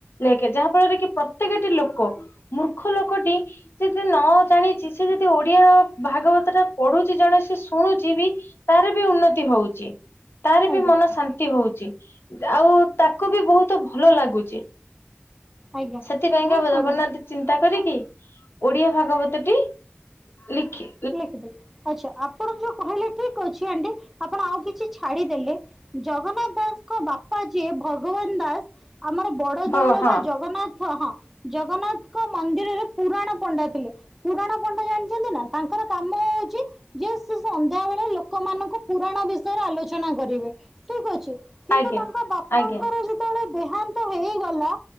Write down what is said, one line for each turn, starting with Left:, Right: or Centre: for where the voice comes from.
Left: ଲେଖେ, ଯାହା ଫଳରେ କି ପ୍ରତ୍ୟେକଟି ଲୋକ ମୂର୍ଖ ଲୋକଟି ସେ ଯ ନ ଜାଣିଚି ସେ ଯଦି ଓଡିଆର ଭାଗବତ ଟା ପଢୁଚି ଜଣେ ସେ ଶୁଣୁଚୁ ବି ତାର ବି ଉନ୍ନତି ହଉଚି। ତାର ବି
Centre: ଆଜ୍ଞା
Left: ମନ ଶାନ୍ତି ହଉଚି ଆଉ ତାକୁ ବି ବହୁତ ତ ଭଲ ଲାଗୁଚି,
Centre: ଆଜ୍ଞା
Left: ସେଥିପାଇଁକା
Centre: ନାଇଁ ଶୁଣନ୍ତୁ
Left: ଜଗନ୍ନାଥ ଚିନ୍ତା କରିକି, ଓଡିଆ ଭାଗବତ ଟି ଲିଖି
Centre: ଲେଖିଦେଲେ, ଆଛା ଆପଣ ଯୋଉ କହିଲେ ଠିକ ଅଛି ଆଣ୍ଟି ଆପଣ ଆଉ କିଛି ଛାଡିଦେଲେ। ଜଗନ୍ନାଥ ଦାସଙ୍କ ବାପା ଯିଏ ଭଗବାନ ଦାସ, ଆମର ବଡ
Left: ହଁ
Centre: ଦଉଳ
Left: ହଁ
Centre: ବା ଜଗନ୍ନାଥ ହ ହଁ ଜଗନ୍ନାଥଙ୍କ ମନ୍ଦିରରେ ପୁରାଣ ପଣ୍ଡା ଥିଲେ। ପୁରାଣ ପଣ୍ଡା ଜାଣିଛନ୍ତି ନା? କର କାମ ହଉଚି ଯେ ସେ ସନ୍ଧ୍ୟା ବେଳେ ଲୋକ ଲୋକ ମାନଙ୍କୁ ପୁରାଣ ବିଷୟରେ ଆଲୋଚନା କରିବେ, ଠିକ ଅଛି କିନ୍ତୁ
Left: ଆଜ୍ଞା
Centre: ତାଙ୍କ ବାପାଙ୍କର
Left: ଆଜ୍ଞା
Centre: ଯଉ ଙ୍କର ଦେହାନ୍ତ ହେଇଗଲା